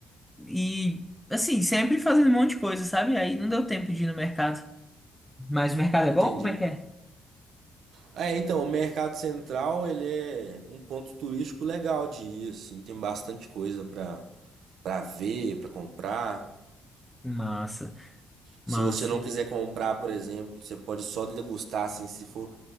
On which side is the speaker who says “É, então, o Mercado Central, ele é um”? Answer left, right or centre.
Right